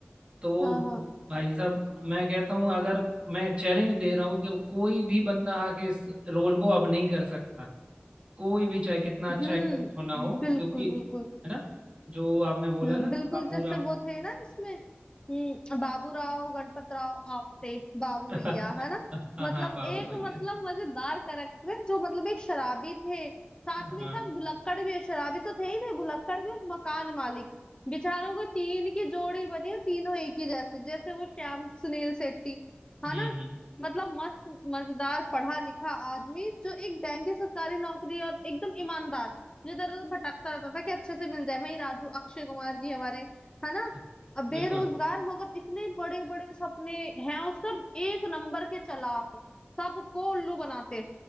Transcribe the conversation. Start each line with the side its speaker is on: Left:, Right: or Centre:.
Right: तो
Left: हाँ हाँ
Right: भाई साहब मैं कहता हूँ अगर मैं चैलेंज दे रहा हूँ कि कोई भी बंदा आके इस रोल को अब नहीं कर सकता कोई भी चाहे कितना अच्छा
Left: हम्म
Right: एक्टर क्यों ना हो
Left: बिल्कुल
Right: क्योंकि
Left: बिल्कुल
Right: है ना जो आपने बोला
Left: हम्म
Right: ना
Left: बिल्कुल
Right: बाबू
Left: जैसे
Right: राव
Left: वो थे ना इसमें हम्म बाबूराव गणपतराव आपटे बाबू
Right: <laughs>
Left: भैया है ना
Right: हाँ
Left: मतलब
Right: हाँ बाबू
Left: एक
Right: भैया
Left: मतलब मजेदार करेक्टर है जो मतलब एक शराबी थे साथ
Right: हाँ
Left: में सब भुलक्कड़ भी है शराबी तो थे ही थे भुलक्कड़ भी और मकान मालिक बेचारों को तीन की जोड़ी बनी और तीनों एक ही जैसे जैसे वो श्याम सुनील शेट्टी
Right: हम्म
Left: है ना
Right: हम्म
Left: मतलब मस्त मजेदार पढ़ा लिखा आदमी जो एक बैंक की सरकारी नौकरी और एकदम ईमानदार जो इधर उधर भटकता रहता था कि अच्छे से मिल जाए भाई राजू अक्षय कुमार जी हमारे है ना
Right: हाँ,
Left: अब बेरोजगार
Right: बिल्कुल
Left: मगर इतने बड़े बड़े सपने हैं उसका एक नंबर के चालाक सबको उल्लू बनाते